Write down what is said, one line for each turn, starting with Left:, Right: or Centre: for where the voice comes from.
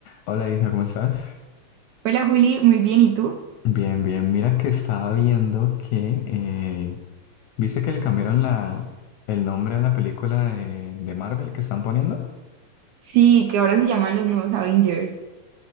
Left: Hola Isa, ¿cómo estás?
Right: Hola Juli, muy bien, ¿y tú?
Left: Bien, bien. Mira que estaba viendo que... eh, ¿viste que le cambiaron la, el nombre a la película de, de Marvel que están poniendo?
Right: Sí, que ahora se llaman los nuevos Avengers.